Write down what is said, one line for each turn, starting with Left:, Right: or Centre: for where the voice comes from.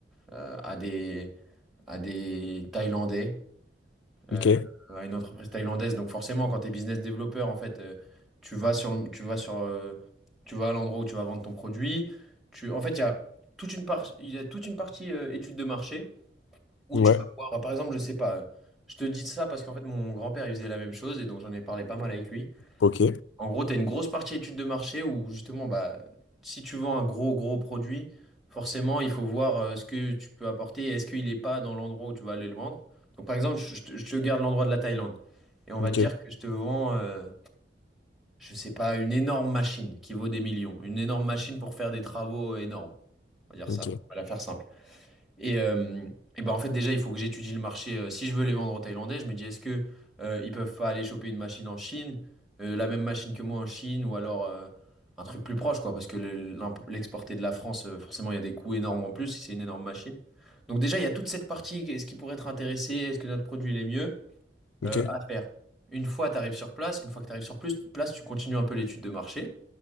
Centre: euh, à des à des Thaïlandais, euh,
Left: ok,
Centre: à une entreprise thaïlandaise. Donc forcément, quand tu es business développeur, en fait, euh, tu vas sur, le- tu vas sur, euh, tu vas à l'endroit où tu vas vendre ton produit. Tu, en fait, il y a toute une par- il y a toute une partie euh, étude de marché où
Left: ouais,
Centre: tu vas voir, par exemple, je sais pas, euh, je te dis ça parce qu'en fait, mon grand-père, il faisait la même chose et donc j'en ai parlé pas mal avec lui.
Left: ok,
Centre: En gros, tu as une grosse partie étude de marché où justement, bah, si tu vends un gros, gros produit, forcément, il faut voir euh, ce que tu peux apporter et est-ce qu'il n'est pas dans l'endroit où tu vas aller le vendre. Donc, par exemple, je je te, je te garde l'endroit de la Thaïlande et on
Left: ok,
Centre: va te dire que je te vends, euh, je sais pas, une énorme machine qui vaut des millions, une énorme machine pour faire des travaux énormes. On va dire
Left: ok,
Centre: ça, on va la faire simple. Et, euh, et ben en fait déjà il faut que j'étudie le marché. euh, si je veux les vendre aux Thaïlandais, je me dis est-ce que euh, ils peuvent pas aller choper une machine en Chine, euh, la même machine que moi en Chine ou alors euh, un truc plus proche quoi, parce que le- l'imp- l'exporter de la France, euh, forcément il y a des coûts énormes en plus si c'est une énorme machine. Donc déjà il y a toute cette partie, est-ce qu'ils pourraient être intéressés, est-ce que notre produit il est mieux
Left: ok,
Centre: euh, à faire. Une fois tu arrives sur place, une fois que tu arrives sur plus place, tu continues un peu l'étude de marché. Et